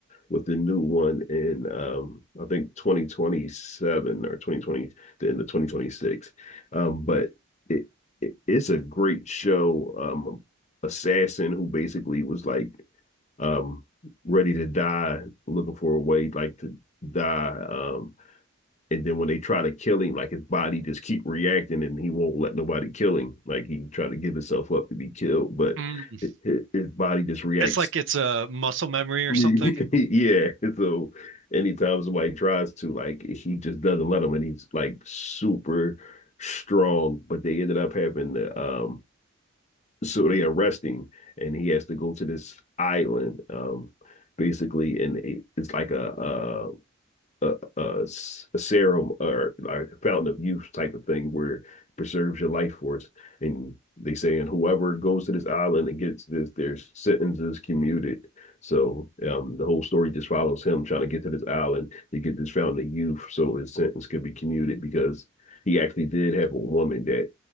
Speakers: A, on the left; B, on the right.
A: with the new one in um i think 2027 or 2020 the end of 2026 um but it, it it's a great show um assassin who basically was like um ready to die looking for a way like to die um and then when they try to kill him, like his body just keep reacting, and he won't let nobody kill him. Like he try to give himself up to be killed, but
B: Mm.
A: his, his body just reacts.
B: It's like it's a muscle memory or
A: <laughs>
B: something.
A: yeah, so anytime somebody tries to, like he just doesn't let him, and he's like super strong. But they ended up having the um, so they arrest him, and he has to go to this island, um, basically, and it's like a uh a a, a serum or like a fountain of youth type of thing where it preserves your life force. And they say, and whoever goes to this island and gets this, their sentence is commuted. So um, the whole story just follows him trying to get to this island to get this fountain of youth so his sentence could be commuted because he actually did have a woman that